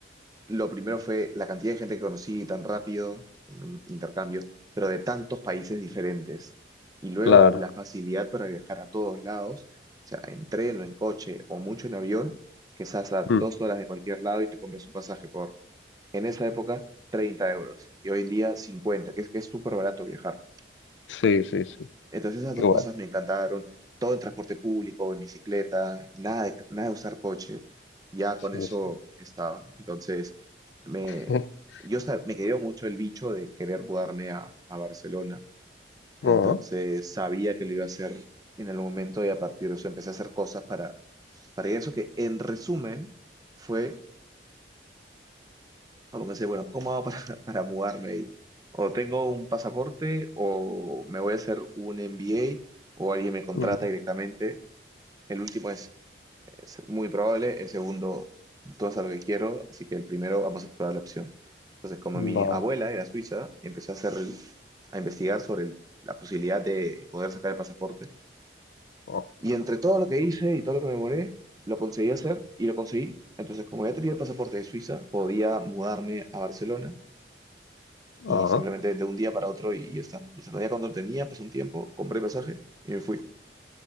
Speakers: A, on the right; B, on the left.
A: Lo primero fue la cantidad de gente que conocí tan rápido en un intercambio, pero de tantos países diferentes. Y luego
B: claro.
A: la facilidad para viajar a todos lados, o sea, en tren o en coche o mucho en avión, que estás a dos
B: Mm,
A: horas de cualquier lado y te compras un pasaje por, en esa época, 30 euros. Y hoy en día 50, que es que es súper barato viajar.
B: sí, sí, sí.
A: Entonces esas
B: Qué
A: dos
B: guay.
A: cosas me encantaron. Todo en transporte público en bicicleta, nada de, nada de usar coche. Ya
B: Sí,
A: con eso
B: sí.
A: estaba. Entonces me,
B: <laughs>
A: yo sa- me quedó mucho el bicho de querer mudarme a, a Barcelona. Entonces
B: Ah,
A: sabía que lo iba a hacer en el momento y a partir de eso empecé a hacer cosas para, para ir a eso que en resumen fue, como pensé, bueno, ¿cómo hago para, <laughs> para mudarme ahí? O tengo un pasaporte o me voy a hacer un MBA o alguien me contrata
B: mm,
A: directamente. El último es, es muy probable, el segundo todo es a lo que quiero, así que el primero vamos a explorar la opción. Entonces, como mi
B: vale.
A: abuela era suiza, empecé a hacer el- a investigar sobre el- la posibilidad de poder sacar el pasaporte.
B: Ah,
A: Y entre todo lo que hice y todo lo que me demoré, lo conseguí hacer y lo conseguí. Entonces, como ya tenía el pasaporte de Suiza, podía mudarme a Barcelona
B: ah,
A: y simplemente de un día para otro y, y ya está. Entonces, no había cuando tenía, pasó un tiempo, compré pasaje y me fui.